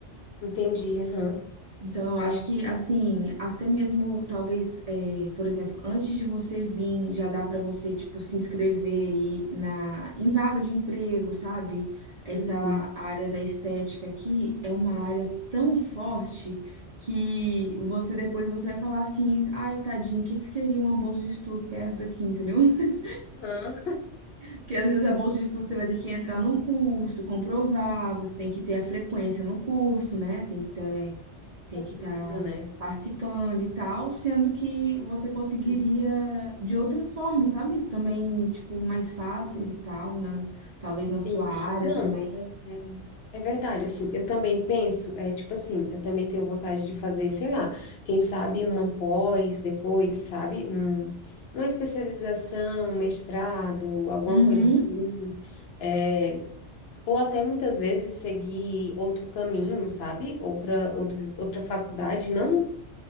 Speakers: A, on the left; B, on the right.
A: Entendi. Aham.
B: Então, eu acho
A: É.
B: que, assim, até mesmo, talvez, é, por exemplo, antes de você vir, já dá para você, tipo, se inscrever e na, em vaga de emprego, sabe? Essa
A: Uhum.
B: área da estética aqui é uma área tão forte que você depois você vai falar assim, ai, tadinho, o que que seria uma bolsa de estudo perto daqui, entendeu? <laughs>
A: Aham.
B: Porque às vezes a bolsa de estudo você vai ter que entrar num curso, comprovar, você tem que ter a frequência no curso, né? Tem que ter
A: Muita
B: tem que
A: coisa,
B: estar
A: né?
B: participando e tal, sendo que você conseguiria
A: Sim.
B: de outras formas, sabe? Também, tipo, mais fáceis
A: Uhum.
B: e tal, né? talvez na sua
A: Sim.
B: área
A: Não.
B: também.
A: É é verdade, assim, eu também penso, é tipo assim, eu também tenho vontade de fazer, sei lá, quem sabe uma pós, depois, sabe, um, uma especialização, um mestrado, alguma
B: Uhum,
A: coisa assim, é, ou até muitas vezes seguir outro caminho, sabe, outra, outra, outra faculdade, não